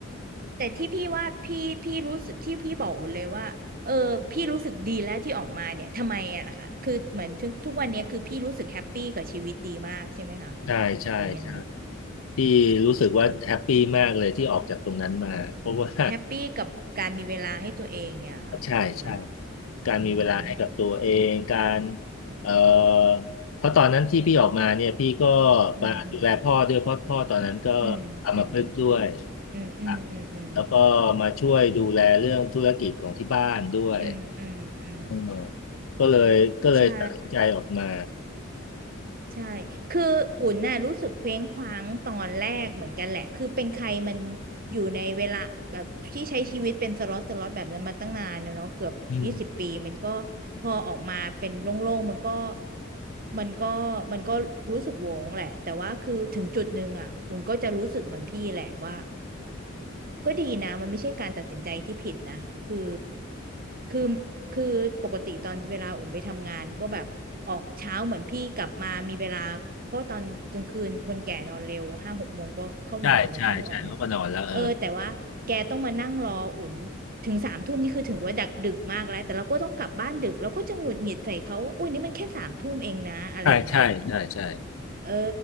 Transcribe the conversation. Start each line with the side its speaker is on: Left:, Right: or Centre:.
Right: แต่ที่พี่ว่าพี่พี่รู้สึกที่พี่บอกเลยว่าเออพี่รู้สึกดีแล้วที่ออกมาเนี่ยทำไมอะนะคะคือเหมือนทุกทุกวันเนี้ยคือพี่รู้สึกแฮปปี้กับชีวิตดีมากใช่ไหมคะ
Left: ใช่ใช่ใช่
Right: หรือยังไง
Left: พี่รู้สึกว่าแฮปปี้มากเลยที่ออกจากตรงนั้นมาเพราะว่า
Right: แฮปปี้กับการมีเวลาให้ตัวเองเนี่ยค่ะหรือว่า
Left: ใช่ใช่การมีเวลาให้กับตัวเองการ
Right: อืม
Left: เอ่อเพราะตอนนั้นที่พี่ออกมาเนี่ยพี่ก็
Right: อืม
Left: มาดูแลพ่อด้วยเพราะพ่อตอนนั้นก็
Right: อืมอืม
Left: อัมพฤกษ์ด้วย
Right: อืมอืมอืม
Left: ครับแล้วก็มาช่วยดูแลเรื่องธุรกิจของที่บ้านด้วย
Right: อืมอืมอืมอืม
Left: อืมก็เลยก็เลยตัดสินใจออกมา
Right: ใช่ ใช่คืออุ่นน่ะรู้สึกเคว้งคว้างตอนแรกเหมือนกันแหละคือเป็นใครมันอยู่ในเวลาแบบที่ใช้ชีวิตเป็นสล็อตสล็อตแบบนั้นมาตั้งนานแล้วเนาะเกือบยี่สิบปีมันก็
Left: อืม
Right: พอออกมาเป็นโล่งๆมันก็มันก็มันก็รู้สึกโหวงแหละแต่ว่าคือถึงจุดหนึ่งอ่ะอุ่นก็จะรู้สึกเหมือนพี่แหละว่า ก็ดีนะมันไม่ใช่การตัดสินใจที่ผิดนะคือคือคือปกติตอนเวลาอุ่นไปทำงานก็แบบออกเช้าเหมือนพี่กลับมามีเวลาเพราะตอนกลางคืนคนแก่นอนเร็วห้าหกโมงก็เข้านอนแล้วพี่นึกออกไหม
Left: ใช่ใช่ใช่เล้วก็นอนแล้วเออ
Right: เออแต่ว่าแกต้องมานั่งรออุ่นถึงสามทุ่มนี่คือถึงว่าดึกดึกมากแล้วแต่เราก็ต้องกลับบ้านดึกเราก็จะหงุดหงิดใส่เขาว่าอุ้ยนี่มันแค่สามทุ่มเองนะอะไรอย่างเงี้ย
Left: ใช่ใช่ใช่ใช่
Right: เออ